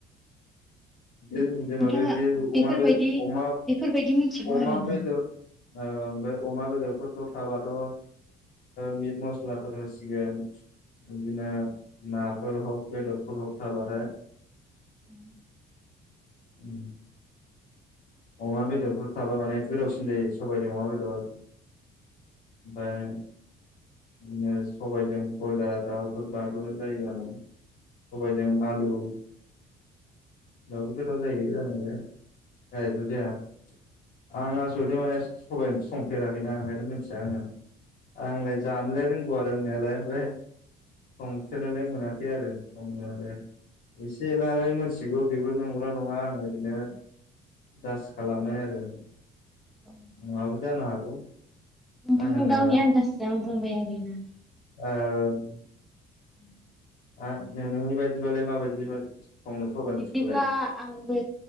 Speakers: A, on the left (about 55°); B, in the centre.
A: जेन-जेनेबा
B: नोंथाङा
A: बे बे अमा
B: बेफोरबायदि
A: बे अमा
B: बेफोरबायदि मिथिगौ
A: अमा
B: आरोना
A: बेदर औ ओमफ्राय अमा बेदरफोरल' थाबाथ' ओ मिट मसलाफोर होसिगोन बिदिनो ना हक बेैदरफोर हक थाबाथाय
B: <inaudible>
A: <inaudible> अमा बेदरफोराव थाबा माने गोदावसिन जायो सबाइजों अमा बेदर ओमफ्राय बिदिनो सबायाइजों ब्रयलार दाउफोर बाबो जायो <unintelligible> सबायाइजों आलु <unintelligible> <unintelligible> जायो जानायालाय <unintelligible> आं आसलथे माने सबय ओंख्रि संफेराखैना ओंखायनो मिथिया आंङो आंलाय जानलाय रोंगौ आरो रोंनायालाय ओमफ्राय संसोनोनलाय मोनाखै आरो <unintelligible> ऐसे ऐलायालाय मिथिगौ बेबो नंगौ ना नङा आंङो ओरैनो जास खालामनाय आरो
B: <unintelligible>
A: नङाबो जानो हागौ
B: <unintelligible>
A: आं होननाया औ
B: <unintelligible>
A: <unintelligible> नोंनि बायदिबालाय <unintelligible>
B: अ बिब्दिब्ला
A: ओंख्रिखौलाय?
B: आंबो